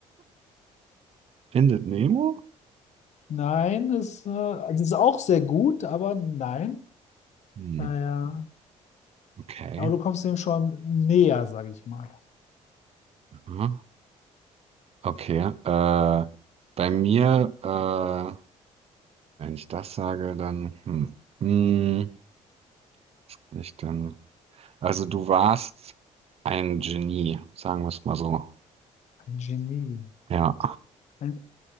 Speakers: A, on the right; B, on the left.
A: findet Nemo?
B: Nein, ist, äh, also es ist auch sehr gut, aber nein.
A: Hm,
B: Naja,
A: okay.
B: aber du kommst dem schon näher, sage ich mal.
A: Aha. Okay, äh, bei mir, äh, wenn ich das sage, dann, hm, hm, nicht dann. Also du warst ein Genie, sagen wir es mal so.
B: Ein Genie.
A: Ja.
B: Ein,